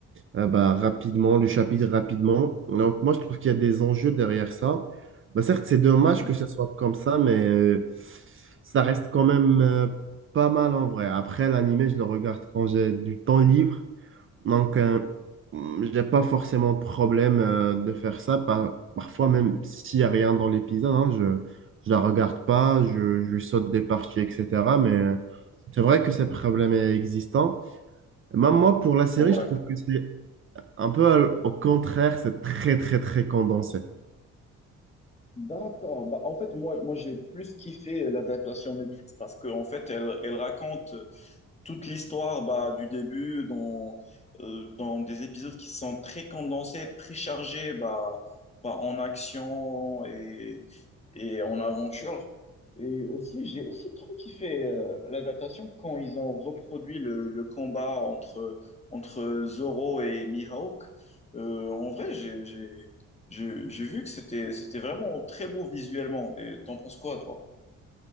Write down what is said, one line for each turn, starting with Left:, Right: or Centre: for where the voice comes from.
Right: euh, bah, rapidement, le chapitre rapidement. Donc, moi, je trouve qu'il y a des enjeux derrière ça. Bah, certes, c'est dommage
Left: Mhm.
Right: que ce soit comme ça, mais euh, ça reste quand même euh, pas mal en vrai. Après, l'animé, je le regarde quand j'ai du temps libre. Donc, euh, j'ai pas forcément de problème euh, de faire ça. Par- parfois, même s'il n'y a rien dans l'épisode, hein, je je la regarde pas, je, je saute des parties, etc. Mais euh, c'est vrai que ces problèmes existants. Même moi, pour la série,
Left: Ouais.
Right: je trouve que c'est un peu à l- au contraire, c'est très, très, très condensé.
Left: D'accord. Bah, en fait, moi, moi j'ai plus kiffé euh, l'adaptation Netflix. Parce qu'en fait, elle, elle raconte. toute l'histoire bah, du début dans, euh, dans des épisodes qui sont très condensés, très chargés bah, bah, en action et, et en aventure. Et aussi, j'ai aussi trop kiffé euh, l'adaptation quand ils ont reproduit le, le combat entre, entre Zoro et Mihawk. Euh, en vrai, j'ai, j'ai, j'ai j'ai vu que c'était, c'était vraiment très beau visuellement. Et t'en penses quoi, toi?